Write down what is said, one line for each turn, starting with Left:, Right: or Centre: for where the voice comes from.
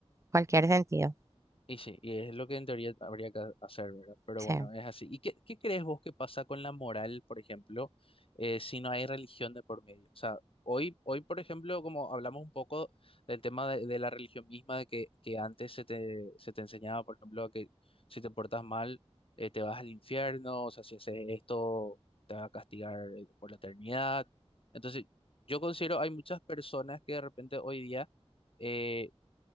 Right: cualquier sentido.
Left: Y sí, y es lo que en teoría habría que hacer, ¿verdad? Pero
Right: Sí,
Left: bueno, es así. ¿Y qué, qué crees vos que pasa con la moral, por ejemplo, eh, si no hay religión de por medio? O sea, hoy, hoy, por ejemplo, como hablamos un poco del tema de, de la religión misma, de que, que antes se te, se te enseñaba, por ejemplo, que si te portas mal, eh, te vas al infierno, o sea, si haces esto, te va a castigar eh, por la eternidad. Entonces, yo considero hay muchas personas que de repente hoy día... eh,